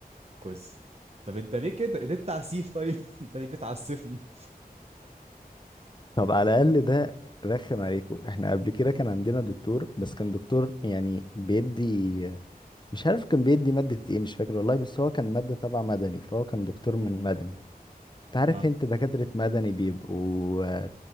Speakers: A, on the right; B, on the left.
A: الكويز طب انت ليه كده ليه التعسيف طيب <laughs> انت ليه بتعسفني
B: طب على الاقل ده رخم عليكم احنا قبل كده كان عندنا دكتور بس كان دكتور يعني بيدي مش عارف كان بيدي مادة ايه مش فاكر والله بس هو كان مادة تبع مدني فهو كان دكتور من مدني انت عارف
A: اه
B: انت دكاترة مدني بيبقوا آه،